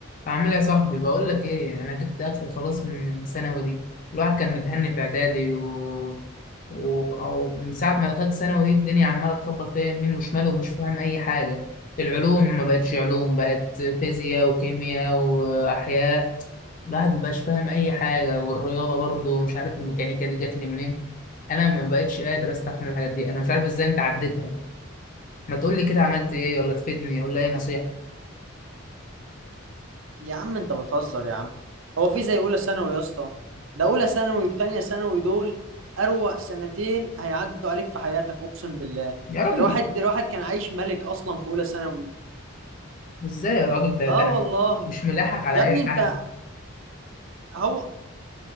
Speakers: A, on the left (about 40°); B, on the right (about 65°).
A: عامل ايه يا صاحبي بقول لك ايه انا جبت اخر خلاص من من الثانوي دي الواحد كان متهني في اعدادي و... و... أو من ساعه ما دخلت ثانوي دي الدنيا عماله تخبط فيها يمين وشمال ومش فاهم اي حاجه العلوم ما بقتش علوم بقت فيزياء وكيمياء واحياء الواحد ما بقاش فاهم اي حاجه والرياضه برضه مش عارف الميكانيكا دي جت لي منين انا ما بقتش قادر استحمل الحاجات دي انا مش عارف ازاي انت عديتها ما تقول لي كده عملت ايه ولا تفيدني ولا اي نصيحه
B: يا عم انت بتهزر يا عم هو في زي اولى ثانوي يا اسطى ده اولى ثانوي وتانية ثانوي دول اروق سنتين هيعدوا عليك في حياتك اقسم بالله
A: يا راجل
B: الواحد الواحد كان عايش ملك اصلا في اولى ثانوي
A: ازاي يا راجل ده
B: اه
A: ده أنا
B: والله
A: مش ملاحق على
B: يا ابني
A: اي حاجه
B: انت هو